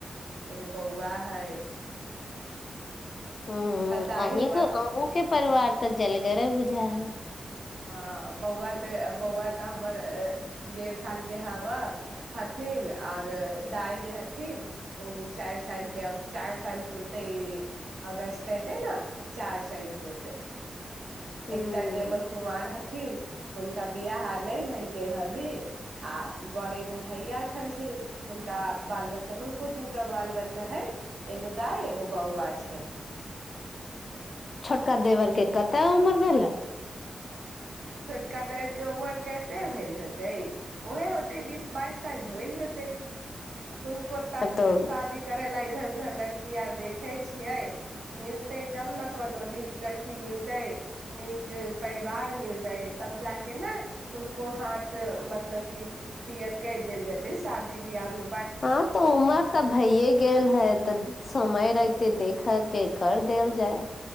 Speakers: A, on the right; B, on the left.
A: एगो बौआ है
B: ह
A: दाइ
B: अहीं
A: हमर
B: अहूँके परिवार तऽ जलगर बुझा ह
A: हँ बौआ तऽ बौआ तऽ हमर डेढ़ सालके हवह हथिन आओर दाइ जे हथिन ओ चारि सालके आब चारि साल पुरतै ई अगस्त अयतै ने तऽ चारि साल पुरतै
B: ह
A: एक त देवर कुमार ह न हुनका बिआाह आर नहि भेलकै अभी आ बड़ एगो भैया छलथिन तऽ हुनका बाल बच्चा हुनक को दूटा बाल बच्चा है एगो दाइ एगो बौआ छै
B: छोटका देवरके कतेक उम्र भेलै
A: छोटका देव के उमर केते भेल होतै ओहे होतै बीस बाइस साल होइल होतै हुनकोत
B: तब तऽ
A: शादी कर ल इल उधर लड़की आर देखे छियै मिलते तब ने कोनो नीक लड़की मिलते नीक परिवार मिलते तब जा के ने हुनको हाथ मतलब की पीयर क देल जेते शादी ब्याहमे
B: हँ तऽ उमर तऽ भैए गेल है तऽ समय रहिते देखय के कर देल जाय